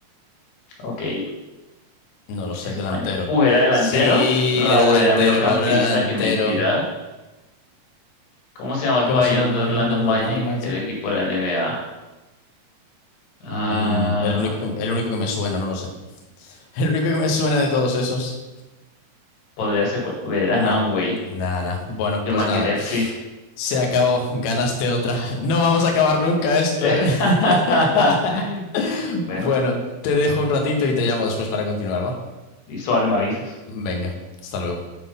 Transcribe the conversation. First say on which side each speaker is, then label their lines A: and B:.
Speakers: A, on the left; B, on the left.
A: ok, es
B: No lo sé,
A: español.
B: delantero.
A: Uh, era delantero.
B: Sí,
A: Raúl
B: era delantero,
A: era mediocampista,
B: Raúl era delantero.
A: qué mentira. ¿Cómo se llama el
B: ¿Cómo
A: pabellón
B: se llama el
A: de
B: pabellón
A: Orlando
B: del
A: Magic,
B: Orlando Magic?
A: el equipo de la NBA? Ah,
B: Mm, el único que, el único que me suena, no lo sé. <laughs> El único que me suena de todos esos.
A: podría ser, pues, era
B: No,
A: Anway.
B: nada. Bueno,
A: Yo
B: pues
A: marqué
B: nada.
A: Pepsi.
B: Se acabó, ganaste otra. <laughs> No vamos a acabar nunca esto,
A: <laughs>
B: ¿eh? <laughs>
A: Bueno,
B: Bueno, te dejo un ratito y te llamo después para continuar, ¿va?
A: listo, vale, me avisas.
B: Venga, hasta luego.